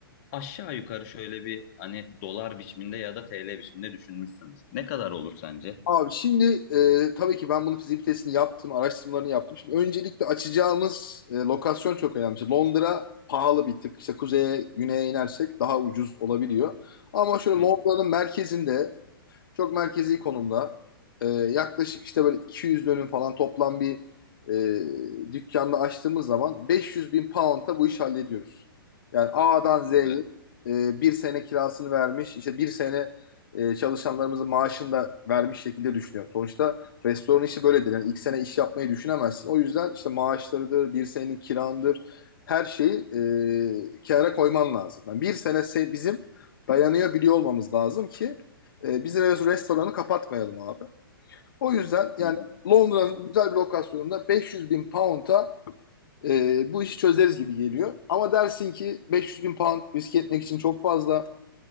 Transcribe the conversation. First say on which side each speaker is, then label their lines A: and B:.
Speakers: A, on the left; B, on the left.
A: aşağı yukarı şöyle bir hani dolar biçiminde ya da TL biçiminde düşünmüşsündür. Ne kadar olur sence?
B: Abi şimdi e, tabii ki ben bunun fizik yaptım, araştırmalarını yaptım. Şimdi öncelikle açacağımız e, lokasyon çok önemli. İşte Londra pahalı bir tık. İşte kuzeye, güneye inersek daha ucuz olabiliyor. Ama şöyle
A: Hı.
B: Londra'nın merkezinde Çok merkezi konumda. E, yaklaşık işte böyle 200 dönüm falan toplam bir e, dükkanda açtığımız zaman 500 bin pound'a bu iş hallediyoruz. Yani A'dan Z'yi
A: Güzel.
B: e, bir sene kirasını vermiş, işte bir sene e, çalışanlarımızın maaşını da vermiş şekilde düşünüyorum. Sonuçta restoran işi böyledir. Yani ilk sene iş yapmayı düşünemezsin. O yüzden işte maaşlarıdır, bir senenin kirandır, her şeyi e, kenara koyman lazım. Yani bir sene se- bizim dayanıyor biliyor olmamız lazım ki e, biz rest- restoranı kapatmayalım abi. O yüzden yani
A: Hı hı.
B: Londra'nın güzel bir lokasyonunda 500 bin pound'a e, bu işi çözeriz gibi geliyor. Ama dersin ki 500 bin pound riske etmek için çok fazla